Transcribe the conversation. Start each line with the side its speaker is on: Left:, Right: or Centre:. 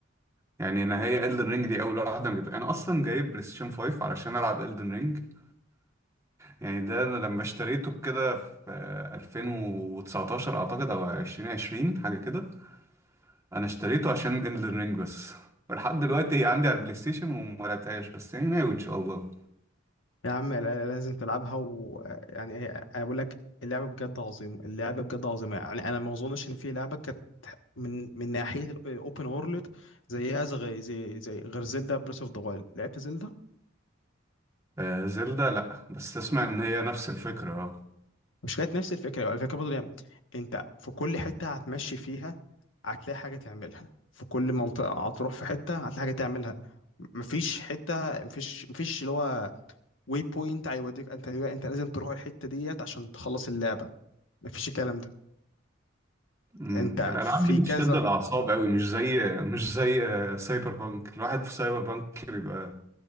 Right: يعني انا هي Elden Ring دي اول واحده انا جبتها انا اصلا جايب بلاي ستيشن 5 علشان العب Elden Ring يعني ده انا لما اشتريته كده في 2019 اعتقد او 2020 حاجه كده انا اشتريته عشان Elden Ring بس ولحد دلوقتي هي عندي على البلاي ستيشن وما لعبتهاش بس يعني ناوي ان شاء الله
Left: يا عم لا- لازم تلعبها ويعني هي أنا بقول لك اللعبه بجد عظيمه اللعبه بجد عظيمه يعني انا ما اظنش ان في لعبه كانت من من ناحيه الاوبن وورلد زيها زي زي زي غير زلدا بريس اوف ذا وايلد لعبت زلدا
Right: آه، زلدة لا بس اسمع ان هي نفس الفكره اه
Left: مش كانت نفس الفكره الفكره برضه يعني انت في كل حته هتمشي فيها هتلاقي حاجه تعملها في كل منطقه هتروح في حته هتلاقي حاجه تعملها مفيش حته مفيش مفيش اللي هو واي بوينت هيوديك انت انت لازم تروح الحته ديت عشان تخلص اللعبه مفيش الكلام ده
Right: امم
Left: انت
Right: الالعاب
Left: في
Right: دي
Left: كذا
Right: بتشد الاعصاب قوي مش زي مش زي سايبر بانك الواحد في سايبر بانك بيبقى